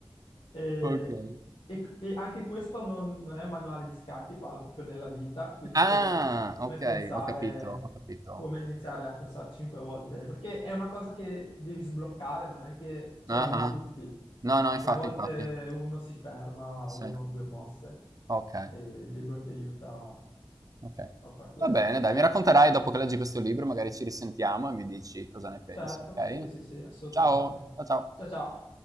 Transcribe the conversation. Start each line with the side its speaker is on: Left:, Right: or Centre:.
Left: e,
Right: Okay.
Left: e- e anche questo non, non è un manuale di scacchi, parla proprio nella vita, quindi
Right: Ah,
Left: come, come
Right: okay,
Left: pensare,
Right: ho capito, ho capito.
Left: come iniziare a pensare cinque volte, perché è una cosa che devi sbloccare, non è che ce
Right: Ah-ah.
Left: l'hanno tutti,
Right: No, no, infatti,
Left: che a volte
Right: infatti.
Left: uno si ferma a
Right: Sì.
Left: uno o due mosse
Right: Okay,
Left: e il libro ti aiuta
Right: okay.
Left: a far questo.
Right: Va bene dai, mi racconterai dopo che leggi questo libro, magari ci risentiamo e mi dici cosa ne pensi,
Left: Certo,
Right: okay?
Left: sì, sì, sì, assolutamente.
Right: Ciao, cia ciao.
Left: Ciao, ciao.